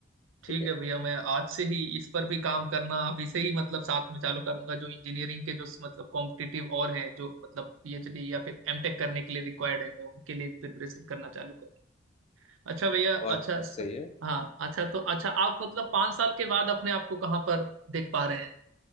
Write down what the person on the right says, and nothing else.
ठीक
है भैया मैं आज से ही इस पर भी काम करना अभी से ही मतलब साथ में चालू करूंगा जो इंजीनियरिंग के जो मतलब कॉम्पिटिटिव और हैं जो मतलब पीएचडी या फिर एमटेक करने के लिए रिक्वायर्ड है मैं उनके लिए प्रिपरेशन करना चालू करूंगा अच्छा भैया अच्छा
स,
हाँ अच्छा तो अच्छा आप मतलब पाँच साल के बाद अपने आप को कहाँ पर देख पा रहे हैं